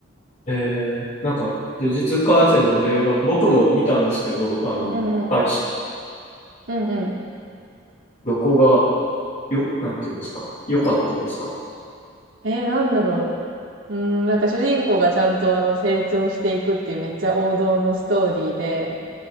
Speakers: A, on the left; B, on the right.
A: えー、なんか、呪術廻戦の映画、僕も見たんですけど、あの、
B: うんうん。
A: 配信、
B: うんうん。
A: どこが、よ、なんていうんですか、良かったですか
B: えー、なんだろう。うーん、なんか主人公がちゃんとあの成長していくっていうめっちゃ王道のストーリーで、